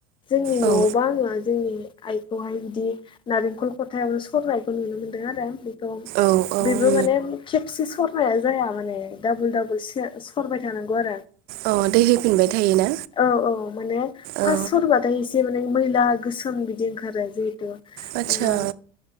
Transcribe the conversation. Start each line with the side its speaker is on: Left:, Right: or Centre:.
Left: जोंनि न'आवबा
Right: औ
Left: आङो जोंनि आइखौहाय बिदि नारेंखल खथायाबो सरनायखौ नुयो। नुनो मोन्दों आरो बेखौ
Right: औ उम
Left: बेबो माने खेबसे सरनाया जाया माने डाबल डाबल सो सरबाय थानांगौ आरो
Right: औ दैहैफिनबाय थायोना
Left: औ औ माने फार्स
Right: औ
Left: सरबाथाय एसे मैला गोसोम बिदि ओंखारो जिहेथु ओ
Right: आथसा